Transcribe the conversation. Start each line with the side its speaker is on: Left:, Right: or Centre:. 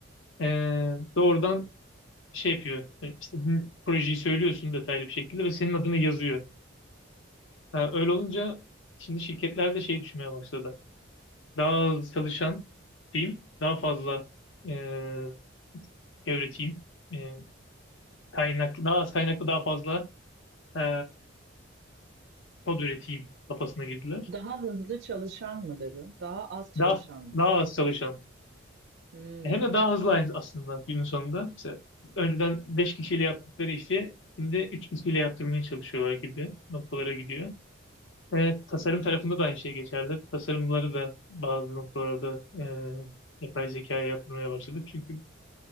Left: Ee, doğrudan
Right: Hmm.
Left: şey yapıyor. e, İstediğin projeyi söylüyorsun detaylı bir şekilde ve senin adını yazıyor. Ha, öyle olunca şimdi şirketler de şey düşünmeye başladı. Daha az çalışan diyeyim, daha fazla e, öğreteyim. E, kaynaklı, daha az kaynaklı daha fazla e, kod üreteyim kafasına girdiler.
Right: Daha hızlı çalışan mı dedin? Daha az çalışan
Left: Daha,
Right: mı?
Left: daha az çalışan.
Right: Hmm.
Left: Hem de daha hızlı aynı aslında günün sonunda. Mesela önceden 5 kişiyle yaptıkları işi şimdi 3 kişiyle yaptırmaya çalışıyorlar gibi noktalara gidiyor. Ve tasarım tarafında da aynı şey geçerli. Tasarımları da bazı noktalarda e, yapay zekaya yaptırmaya başladık. Çünkü